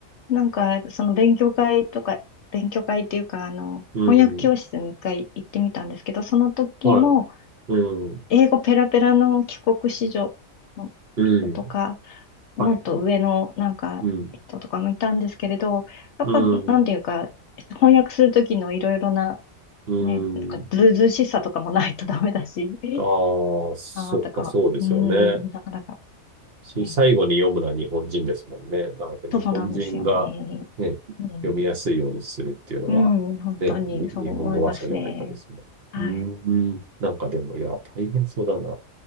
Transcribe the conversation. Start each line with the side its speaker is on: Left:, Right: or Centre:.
Left: なんかその勉強会とか、勉強会っていうか、あの、
Right: うん。
Left: 翻訳教室に一回行ってみたんですけど、その時も
Right: はい。うん。
Left: 英語ペラペラの帰国子女の人とか、
Right: うん。
Left: もっと上のなんか人とかもいたんですけれど、
Right: はい、はい。うん。
Left: やっぱなんていうか、
Right: うん。
Left: 翻訳する時のいろいろな
Right: うん。
Left: ね、なんかずうずうしさとかもないと <laughs> ダメだし、
Right: ああ、そっか、
Left: ああ、とか、
Right: そうですよね。
Left: うん、なかなか、
Right: し、
Left: えー
Right: 最後に読むのは日本人ですもんね。だからやっぱ日本人がね、
Left: そうなんですよね。うん、
Right: 読みやすいようにするっていうのは、
Left: うん、本当にそう思いますね。
Right: ね、に日本語話者じゃないとですね。
Left: はい。
Right: うーん、なんかでも、いや、大変そうだな。